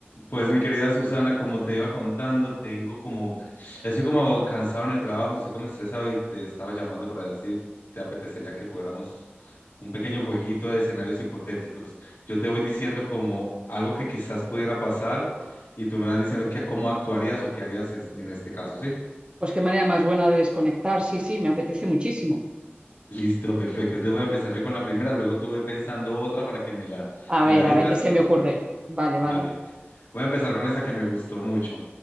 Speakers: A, on the left; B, on the right.
A: Pues mi querida Susana, como te iba contando, tengo como, estoy como cansado en el trabajo, estoy como estresado y te estaba llamando para ver si te apetecería que jugáramos un pequeño jueguito de escenarios hipotéticos. Yo te voy diciendo como algo que quizás pudiera pasar y tú me vas diciendo que cómo actuarías o qué harías en, en este caso, ¿sí?
B: Pues qué manera más buena de desconectar. Sí, sí, me apetece muchísimo.
A: Listo, perfecto. Entonces voy a empezar yo con la primera, luego tú ve pensando otra para que me la,
B: A
A: me
B: ver,
A: la digas
B: a ver qué se
A: y
B: me ocurre.
A: ahí vamos.
B: Vale,
A: Dale.
B: vale.
A: Voy a empezar con esa que me gustó mucho.